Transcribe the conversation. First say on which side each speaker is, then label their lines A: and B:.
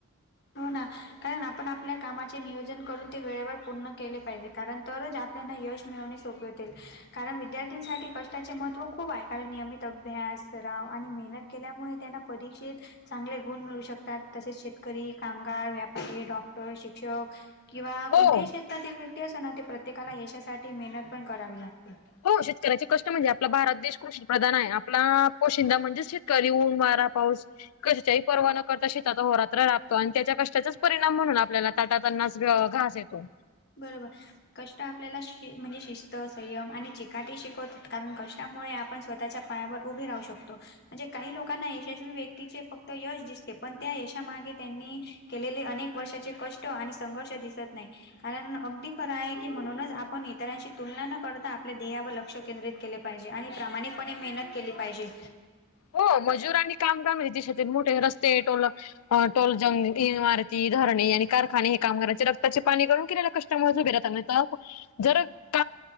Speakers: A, on the left; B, on the left.
A: हो ना कारण आपण आपल्या कामाचे नियोजन करून ते वेळेवर पूर्ण केले पाहिजे कारण तरच आप आपल्याला यश मिळवणे सोपे होतील कारण विद्यार्थीसाठी कष्टाचे महत्त्व खूप आहे कारण नियमित अभ्यास सराव आणि मेहनत केल्यामुळे त्यांना परीक्षेत चांगले गुण मिळू शकतात तसेच शेतकरी कामगार व्यापारी डॉक्टर शिक्षक किंवा
B: हो.
A: कोणत्याही क्षेत्रातील व्यक्ती असना ते प्रत्येक प्रत्येकाला यशासाठी मेहनत पण करावी लागते
B: हो शेतकऱ्याचे कष्ट म्हणजे आपला भारत देश कृषी प्रधान आहे आपला पोशिंदा म्हणजेच शेतकरी ऊन वारा पाऊस कशाची ही पर्वा न करता शेतात अहो रात्र राब तो आणि त्याच्या कष्टाचाच परिणाम म्हणून आपल्याला ताटात अन्नाचा घास येतो
A: बरोबर कष्ट आपल्याला शि म्हणजे शिस्त संयम आणि चिकाटी शिकवतात कारण कष्टामुळे आपण स्वतःच्या पायावर उभे राहू शकतो म्हणजे काही लोकांना यशस्वी व्यक्तीचे फक्त यश दिसते पण त्या यशामागे त्यांनी केलेले अनेक वर्षाचे कष्ट आणि संघर्ष दिसत नाही कारण अगदी खरं आहे की म्हणूनच आपण इतरांशी तुलना न करता आपल्या ध्येयावर लक्ष केंद्रित केले पाहिजे आणि प्रामाणिकपणे मेहनत केली पाहिजे
B: हो मजूर आणि काम <unintelligible> मोठे रस्ते टोल टोलजंग इमारती धरणे आणि कारखाने हे कामगारांचे रक्ताचे पाणी करून केलेल कष्ट यांच्यामुळेच उभे राहता नाहीतर <unintelligible>